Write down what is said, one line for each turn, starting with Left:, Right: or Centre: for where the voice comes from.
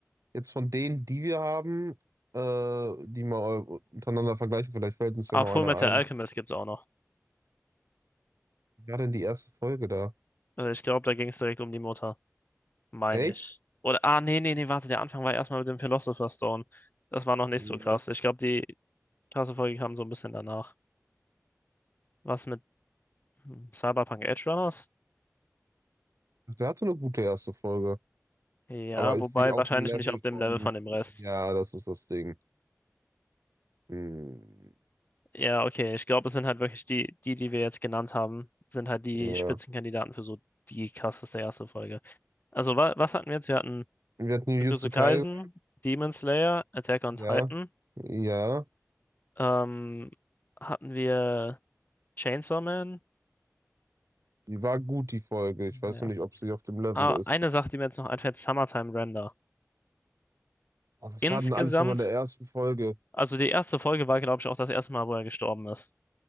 Right: Jetzt von denen, die wir haben, äh, die mal untereinander vergleichen, vielleicht fällt uns
Left: Ah,
Right: ja noch
Left: Fullmetal
Right: einer ein.
Left: Alchemist gibt's auch noch.
Right: Wie war denn die erste Folge da?
Left: Äh, Ich glaube, da ging es direkt um die Mutter. meine
Right: Echt?
Left: ich. Oder, ah, nee, nee, nee, warte, der Anfang war erstmal mit dem Philosopher's Stone. Das war noch nicht
Right: Ja.
Left: so krass. Ich glaube, die krasse Folge kam so ein bisschen danach. Was mit hm, Cyberpunk Edge Runners?
Right: Der hatte eine gute erste Folge.
Left: Ja,
Right: Aber ist
Left: wobei
Right: sie auf
Left: wahrscheinlich
Right: dem Level
Left: nicht auf dem
Right: von.
Left: Level von dem Rest.
Right: Ja, das ist das Ding. Hm,
Left: Ja, okay, ich glaube, es sind halt wirklich die, die, die wir jetzt genannt haben, sind halt die
Right: ja.
Left: Spitzenkandidaten für so die krasseste erste Folge. Also, wa was hatten wir jetzt? Wir hatten
Right: Wir hatten Jujutsu
Left: Jujutsu Kaisen,
Right: Kaisen.
Left: Demon Slayer, Attack on Titan,
Right: Ja. Ja.
Left: ähm, hatten wir Chainsaw Man,
Right: Die war gut, die Folge. Ich weiß
Left: ja.
Right: nur nicht, ob sie auf dem Level
Left: Ah,
Right: ist.
Left: eine Sache, die mir jetzt noch einfällt, Summertime Render.
Right: Oh, was
Left: Insgesamt,
Right: war denn alles nochmal in der ersten Folge?
Left: also die erste Folge war, glaube ich, auch das erste Mal, wo er gestorben ist.